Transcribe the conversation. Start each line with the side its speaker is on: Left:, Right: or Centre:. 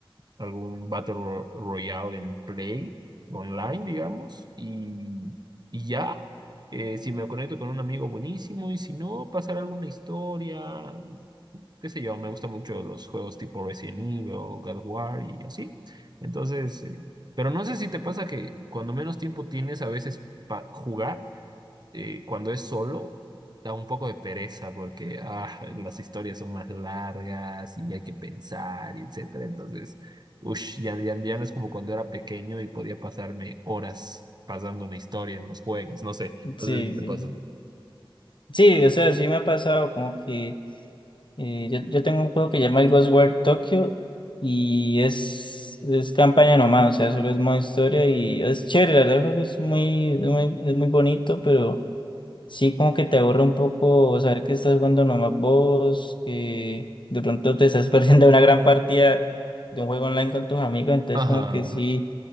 Right: algún Battle Ro- Royale en Play, online, digamos, y, y ya, Eh, si me conecto con un amigo, buenísimo, y si no, pasar alguna historia, qué sé yo, me gustan mucho los juegos tipo Resident Evil, God of War y así. Entonces, eh, pero no sé si te pasa que cuando menos tiempo tienes a veces para jugar, eh, cuando es solo, da un poco de pereza porque ah, <laughs> las historias son más largas y hay que pensar y etcétera. Entonces, ush, ya, ya, ya no es como cuando era pequeño y podía pasarme horas pasando una historia en los juegos. No sé, no
Left: Sí,
Right: sé si te
Left: sí.
Right: pasa.
Left: Sí, o sea, sí me ha pasado como que eh, yo, yo tengo un juego que se llama el Ghostwire Tokyo y es, es campaña nomás, o sea, solo es modo historia y es chévere, la verdad, el juego es muy, es muy, es muy bonito, pero. Sí, como que te aburre un poco saber que estás jugando nomás vos, que de pronto te estás <laughs> perdiendo una gran partida de un juego online con tus amigos, entonces
Right: Ajá,
Left: como que sí,